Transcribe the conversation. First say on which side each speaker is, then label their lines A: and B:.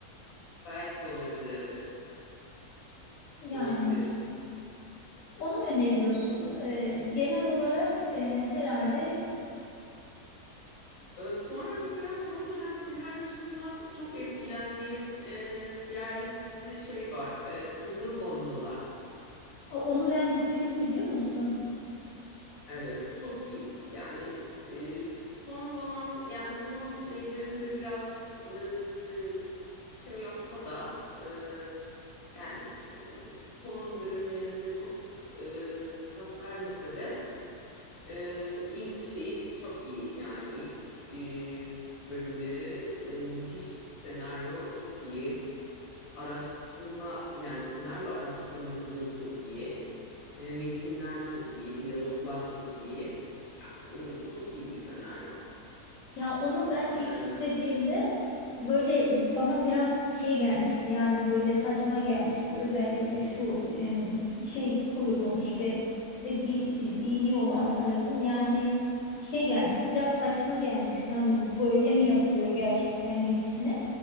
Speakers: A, on the left; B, on the left.
A: Belki olabilir evet.
B: Yani.
A: Olabilir.
B: Onu öneriyorsun.
A: Hmm.
B: Ee, genel olarak e, herhalde
A: Evet. Ee, sonra mesela son dönem senaryosundan çok etkilendiğim e, yerli dizi şey var. e, Kızıl Goncalar.
B: o- onu ben bitirdim biliyor musun?
A: Evet, çok iyi. Yani e, son zaman yani son şeylerinde biraz e, e, şey yapsa da e, yani e, son bölümlerinde çok e, tat vermese de e, ilk şeyi çok iyi. Yani ilk e, bölümleri e, müthiş senaryo çok iyi. Araştırma yani senaryo araştırmacılığı çok iyi. E, metinler çok iyi, diyaloglar çok iyi. Yani çok iyi bir senaryo.
B: Ya onu ben ilk
A: Ee,
B: izlediğimde Böyle bana biraz şey gelmişti yani böyle saçma gelmişti. Özellikle şu em, şey grubun işte e, di- e, dini olan tarafın yani şey gelmişti. Biraz saçma gelmişti. Hani böyle mi yapılıyor gerçekten gibisine.